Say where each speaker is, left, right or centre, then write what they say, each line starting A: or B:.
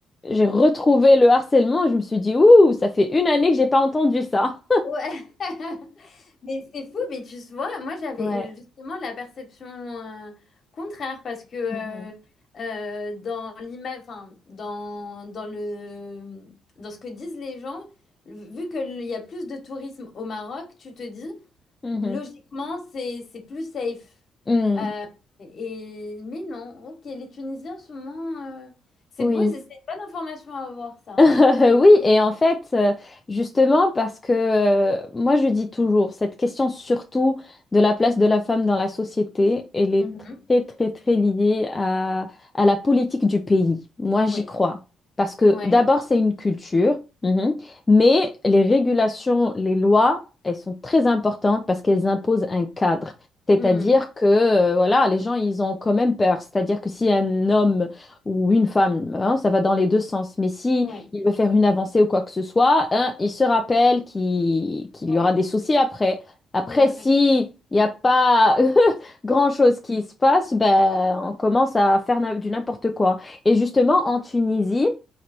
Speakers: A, on the left; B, on the left.
A: j'ai retrouvé le harcèlement je me suis dit, ouh, ça fait une année que j'ai pas entendu ça.
B: Ouais. <laughs> Mais c'est fou, mais tu vois, moi j'avais
A: Ouais.
B: euh, justement la perception euh, contraire parce que euh,
A: Mhm.
B: euh, dans l'ima- enfin, dans, dans le, dans ce que disent les gens, vu qu'il y a plus de tourisme au Maroc, tu te dis
A: Mhm.
B: logiquement c'est c'est plus safe.
A: Mm.
B: Euh, et, mais non, ok, les Tunisiens sont moins. euh, c'est
A: Oui.
B: beau, c'est une bonne information à avoir ça.
A: <laughs> oui, et en fait, euh, justement, parce que euh, moi, je dis toujours, cette question surtout de la place de la femme dans la société, elle est
B: Mhm.
A: très, très, très liée à, à la politique du pays. Moi,
B: Oui,
A: j'y crois. Parce que
B: ouais,
A: d'abord, c'est une culture, mhm, mais les régulations, les lois, elles sont très importantes parce qu'elles imposent un cadre. C'est-à-dire
B: Mm.
A: que, euh, voilà, les gens, ils ont quand même peur. C'est-à-dire que si un homme ou une femme, hein, ça va dans les deux sens, mais si
B: ouais,
A: il veut faire une avancée ou quoi que ce soit, hein, il se rappelle qu'il qu'il
B: ouais.
A: y aura des soucis après. Après,
B: Ouais,
A: si il n'y a pas <laughs> grand-chose qui se passe, ben, on commence à faire na- du n'importe quoi. Et justement, en Tunisie,